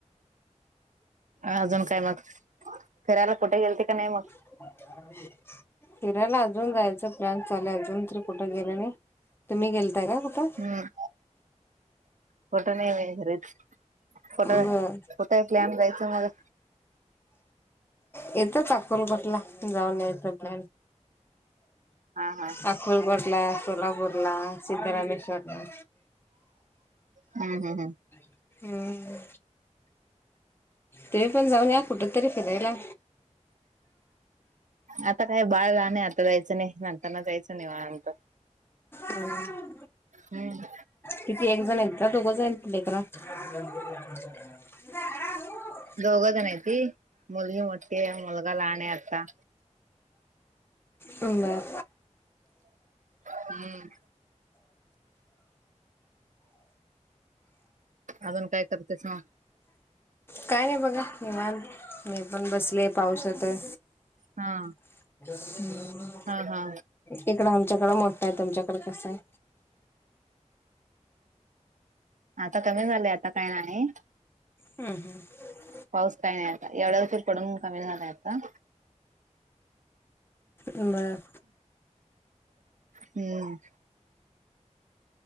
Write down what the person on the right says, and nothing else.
अजून काय मग करायला कुठे गेलते का नाही मग
हम्म फोटा नाही घरच फोट
प्ॅन रायं मग.
हा हा
हम् हम् हम्.
आता काय बाळ लहान आता जायचं नाही नंतरना जायचं निवांत
हम्म
दोघं जण आहे ती मुलगी मोठ्ठी मुलगा लाहान आहे आता.
हम्म. अजून काय करतेस मग.
हा.
हा हा.
आता कमी झालंय आता काय नाही.
पाऊस काय एवढ्या उशीर पडून कमी झालाय आता
<inaudible> हम्म.